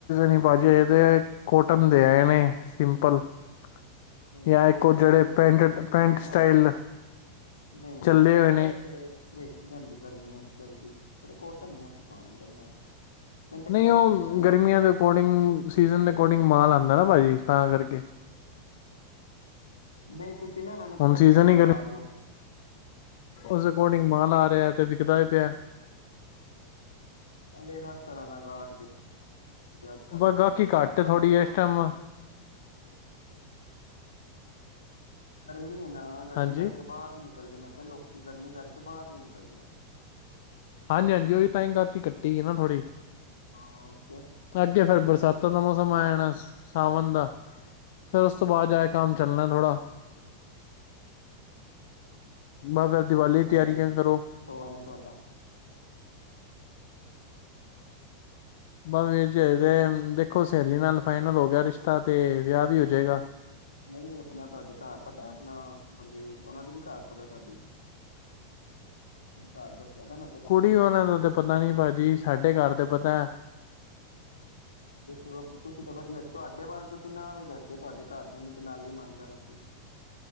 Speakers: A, on the left; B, on the left.
A: ਨ ਬਾ ਕੋਟਨ ਦੇ ਆਨ ਸਿੰਪਲ <unintelligible>
B: ਨਹੀਂ
A: ਜਾਂ
B: ਕੋਟਨ
A: ਇੱਕ ਉਹ ਜਿਹੜੇ
B: ਤੇ ਵੇਖੋ
A: ਪੈਂਟ
B: ਗਰਮੀਆਂ
A: ਪੈਂਟ
B: ਚ
A: ਸਟਾਈਲ
B: ਨਾ ਨਹੀਂ ਨਹੀਂ
A: ਚੱਲੇ
B: ਕੋਟਨ
A: ਹੋਏ ਨੇ
B: ਪ੍ਰਿਸ਼ਟ ਜਾਂਦੀ ਗਰਮੀਆਂ ਚ ਜਲਦੀ ਪਰ ਕੋਟਨ ਨੀ ਅ ਪਾਣਦਾ ਮੈਂ ਮੈਨੂੰ ਤੇ
A: ਨਹੀਂ
B: ਕਰਸ਼
A: ਉਹ
B: ਦੇ ਚਾਹੀਦੇ
A: ਗਰਮੀਆਂ
B: ਸੀ
A: ਦੇ ਅਕੋਰਡਿੰਗ ਸੀਜਨ ਦੇ ਅਕੋਰਡਿੰਗ ਮਾਲ ਆਉਂਦਾ ਨਾ ਭਾਜੀ ਤਾਂ ਕਰਕੇ
B: ਹਾਂ ਨਹੀਂ ਤੁਸੀਂ ਨਾ ਮੈਨੂੰ
A: ਹੁਣ
B: ਕ੍ਰਸ਼
A: ਸੀਜ਼ਨ
B: ਦੇ
A: ਹੀ
B: ਮੰਗਵਾ
A: ਗਰਮੀ
B: ਦੋ।
A: ਉਸ ਅਕੋਰਡਿੰਗ ਮਾਲ ਆ ਤੇ ਵਿਕਦਾ ਹੀ ਪਿਆ
B: ਅ ਹਰ ਤਰ੍ਹਾਂ ਦਾ ਗਾਹਕ ਜੇ ਅੱਜ ਕੱਲ
A: ਬਸ
B: ਮਾਰੀ
A: ਗਾਹਕੀ ਘੱਟ
B: ਸਾਡੇ
A: ਥੋੜੀ
B: ਕੋਲ
A: ਇਸ
B: ਵੀ
A: ਟਾਈਮ
B: ਧਰਮ ਮਹੀਨਾ ਗਰਮੀ
A: ਹਾਂਜੀ
B: ਕਰਕੇ ਬਾਹਰ ਨੀ ਨਿਕਲਦੇ ਮੈਂ ਕਿਹਾ ਲੋਕ ਗਰਮੀ ਕਰਕੇ ਕੇ ਬਾਹਰ ਨੀ ਨਿਕਲਦੇ
A: ਹਾਂਜੀ ਹਾਂਜੀ ਉਹ ਵੀ ਤਾਂ ਹੀ ਗਾਹਿਕੀ ਕੱਟੀ ਹੈ ਨਾ ਥੋੜ੍ਹੀ
B: ਹਾਂ ਉਹੀ ਤੇ
A: ਅੱਗੇ ਫੇਰ ਬਰਸਾਤਾਂ ਦਾ ਮੌਸਮ ਆਇਣਾ ਸਾਵਣ ਦਾ ਫੇਰ ਉਸ ਤੋਂ ਬਾਅਦ ਜਾ ਆਏ ਕੰਮ
B: ਹਾਂ
A: ਚੱਲਣਾ ਥੋੜਾ ਬਸ ਫਿਰ
B: ਹਾਂ
A: ਦੀਵਾਲੀ
B: ਉਹ ਤੇ
A: ਦੀ ਤਿਆਰੀਆਂ
B: ਹੈ ਵੀਰ ਜੀ
A: ਕਰੋ
B: ਹੋਨ ਤੁਹਾਡਾ
A: ਬ ਵੀਰ ਜੇ ਤੇ ਦੇਖੋ ਸਹੇਲੀ ਨਾਲ ਫਾਈਨਲ ਹੋ ਗਿਆ ਰਿਸ਼ਤਾ ਤੇ ਵਿਆਹ ਵੀ ਹੋ ਜੇਗਾ।
B: ਨਹੀਂ ਆਪਣਾ ਤੁਹਾਡੇ ਘਰ ਪਤਾ ਆਪਣਾ ਮਤਲਬ ਉਹਨਾ ਦੇ ਵੀ ਘਰ ਪਤਾ ਤੁਹਾਡੀ ਘਰ ਦੱਸਿਆ ਨਾ ਮੈਂ ਕਿਹਾ
A: ਕੁੜੀ
B: ਤੁਸੀਂ
A: ਉਹਨਾਂ ਦਾ ਤੇ ਪਤਾ ਨੀ ਭਾਜੀ ਸਾਡੇ ਘਰ ਤੇ ਪਤਾ ਹੈ।
B: ਦੇਖੋ ਤੁਸੀਂ ਤਾਂ ਵਧੀਆ ਤੁਹਾਡੇ ਵੱਲ ਤੁਸੀਂ ਨ ਹੀ ਦੱਸਦੇ ਹੋ ਤੁਹਾਡੇ ਘਰਦਿਆਂ ਨੇ ਤੇ ਨਾਲ ਹੀ ਮੰਨ ਜਾਣਾ ਸੀ।